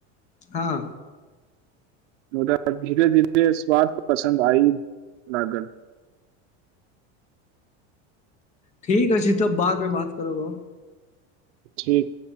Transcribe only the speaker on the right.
मुदा धीरे धीरे स्वाद पसन्द आय लागल
ठीक